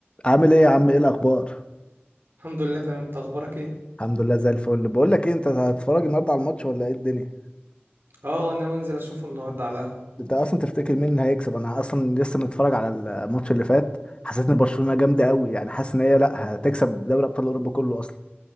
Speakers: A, on the left; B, on the right.
A: عامل ايه يا عم ايه الاخبار
B: الحمد لله تمام انت اخبارك ايه
A: الحمد لله زي الفل بقول لك ايه انت هتتفرج النهارده على الماتش ولا ايه الدنيا
B: اه ناوي انزل اشوفه النهارده على القهوه
A: انت اصلا تفتكر مين اللي هيكسب انا اصلا لسه متفرج على الماتش اللي فات حسيت ان برشلونة جامده قوي يعني حاسس ان هي لا هتكسب دوري ابطال اوروبا كله اصلا